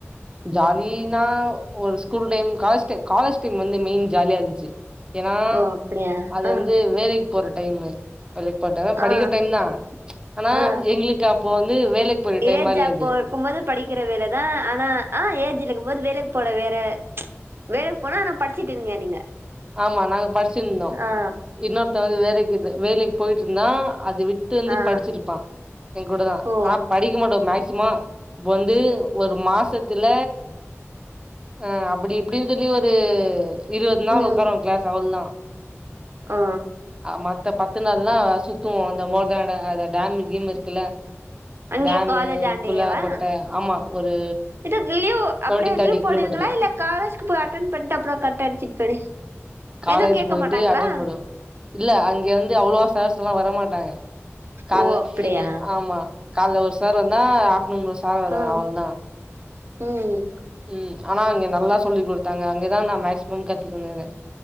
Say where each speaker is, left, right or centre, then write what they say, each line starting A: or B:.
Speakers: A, on the right; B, on the right.
A: ஜாலினா ஒரு school time college time college time வந்து மெயின் ஜாலியா இருந்துச்சு ஏனா
B: ஓ அப்டியா
A: அது
B: ஆ
A: வந்து வேலைக்கு போறட் டைமு வேலைக்கு போட்டா படிக்கிற
B: ஆ
A: டைம் தா ஆனா
B: ஆ
A: எங்ளுக்கு அப்போ வந்து வேலைக்கு போய டைம்
B: ஏஜ்
A: மாரி
B: அப்போ
A: அது
B: இருக்கும் போது படிக்கிற வேலதா ஆனா ஆ ஏஜ் இருக்கும் போது வேலைக்கு போட வேற வேலைக்கு போனா ஆனா படிச்சுட்டு இருந்தீங்க நீங்க
A: ஆமா நாங்க படிச்சிருந்தோ
B: ஆ
A: இன்னொருத்த வந்து வேலைக் க்கு வேலைக் போய்ட்டு இருந்தா அது விட்டு வந்து
B: ஆ
A: படிச்சிருப்பா எங்க கூடதா
B: ஓ
A: ஆனா படிக்க மாட்டோ மேக்ஸிம வந்து ஒரு மாசத்துல அ அப்டி இப்டினு சொல்லி ஒரு இருவது நாளு
B: ம்
A: உக்காருவோ கிளாஸ் அவ்ளதா
B: ஆ
A: மத்த பத்து நாள்லா சுத்துவோ அந்த மோரதனடை அத டேமு கீமு இருக்குல்ல
B: அங்கே
A: டேமு
B: காலேஜ் ஆண்டயேவா
A: குள கொட்ட ஆமா ஒரு
B: இதுக் லீவ் அப்டியே
A: டுவெண்டி தேர்ட்டி
B: லீவ் போடுவீங்களா
A: கிலோமீட்டரு
B: இல்ல காலேஜ்க்கு போய் அட்டன் பண்ட்டு அப்றோ கட் அட்சிட்டு போய்
A: காலேஜ்
B: எதுவு கேக்க
A: போயிட்டு
B: மாட்டாங்களா
A: அட்டன் பண்ணுவோ இல்ல அங்க வந்து அவ்ளவா சர்ஸ் எல்லா வர மாட்டாங்க கால்ல
B: ஓ அப்டியா
A: இ ஆமா காலைல ஒரு சார் வந்தா <unintelligible> சார் வருவாங்க
B: ஆ
A: அவ்ளதா
B: ம்
A: ம் ஆனா அங்க நல்லா சொல்லி் குடுத்தாங்க அங்கதா நா மேக்சிமம் கத்திக்கணுது